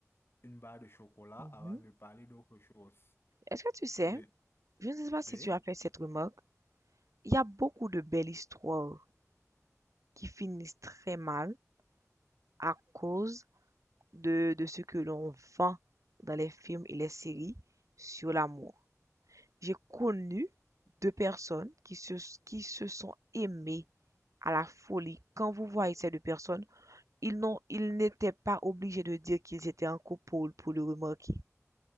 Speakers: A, on the left; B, on the right.
A: une barre de chocolat
B: Mhm.
A: avant de parler d'autre chose.
B: Est-ce que tu sais?
A: Je-
B: Je ne sais pas si
A: Oui.
B: tu as fait cette remarque. Il y a beaucoup de belles histoires qui finissent très mal à cause de, de ce que l'on vend dans les films et les séries sur l'amour. J'ai connu deux personnes qui se, qui se sont aimées à la folie. Quand vous voyez ces deux personnes, ils n'ont, ils n'étaient pas obligés de dire qu'ils étaient en couple pour, pour le remarquer.